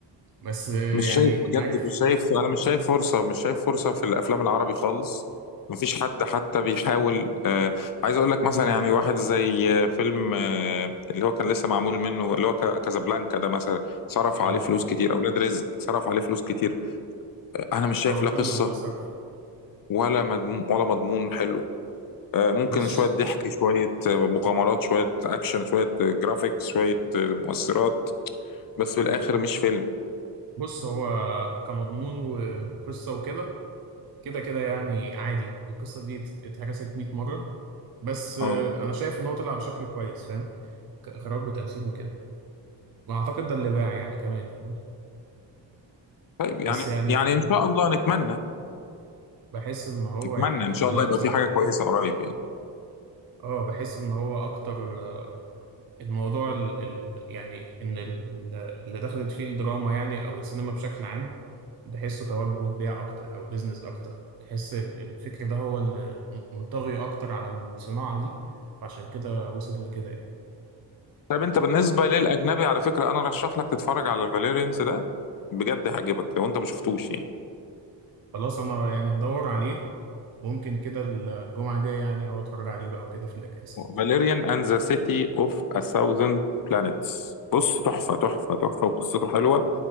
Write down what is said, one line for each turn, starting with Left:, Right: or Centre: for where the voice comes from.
Right: بس آه،
Left: مش
Right: يعني
Left: شايف بجد
Right: عارف
Left: مش شايف انا مش شايف فرصه مش شايف فرصه في الافلام العربي خالص مفيش حد حتى بيحاول آه عايز اقول لك مثلا يعني واحد زي آه، فيلم آه اللي هو كان لسه معمول منه اللي هو ك- كازابلانكا ده مثلا صرف عليه
Right: اه
Left: فلوس كتير اولاد رزق صرف عليه فلوس كتير آه، انا مش شايف
Right: اه
Left: لا
Right: كله
Left: قصه
Right: بقى صرف
Left: ولا مضمون ولا مضمون حلو آه ممكن
Right: بص
Left: شويه ضحك شويه آه، مغامرات شويه اكشن شويه آه، جرافيكس شويه آه، مؤثرات بس في الاخر مش فيلم
Right: بص هو كمضمون و- وقصه وكده كده كده يعني عادي القصه دي ات- اتهرست 100 مره بس آه،
Left: اه
Right: انا شايف ان هو طلع بشكل كويس فاهم كاخراج وتمثيل وكده واعتقد ده اللي باع يعني كمان فاهم
Left: طيب يعني
Right: بس يعني
Left: يعني ان شاء الله نتمنى
Right: بحس ان هو
Left: اتمنى
Right: يعني
Left: ان شاء
Right: دلوقتي
Left: الله يبقى في حاجه كويسه قريب يعني
Right: اه بحس ان هو اكتر آه، الموضوع ال ال يعني ان ال ال- اللي دخلت فيه الدراما يعني او السينما بشكل عام بحسه توجه بيع اكتر او بيزنس اكتر بحس ال- الفكر ده هو اللي م- مطغي اكتر على الصناعة دي فعشان كده وصل لكده يعني
Left: طب انت بالنسبه للاجنبي على فكره انا رشح لك تتفرج على فاليرينز ده بجد هيعجبك لو انت ما شفتوش يعني
Right: خلاص انا يعني هدور عليه ممكن كده الجمعة الجاية يعني اقعد اتفرج عليه بقى وكده في الاجازة
Left: فاليريان اند ذا سيتي اوف ا ثاوزند بلانيتس بص تحفه تحفه تحفه وقصته حلوه